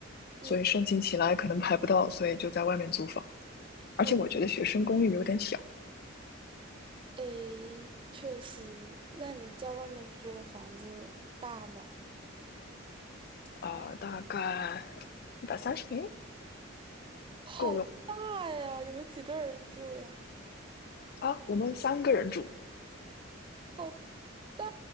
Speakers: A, on the right; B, on the left.
A: 嗯，
B: 所以申请起来可能排不到，所以就在外面租房。而且我觉得学生公寓有点小
A: 我诶，确实。那你在外面租的房子大吗？
B: 啊，大概一百三十平
A: 好大呀！
B: 够用
A: 你们几个人住呀？
B: 啊。我们三个人住，
A: 好大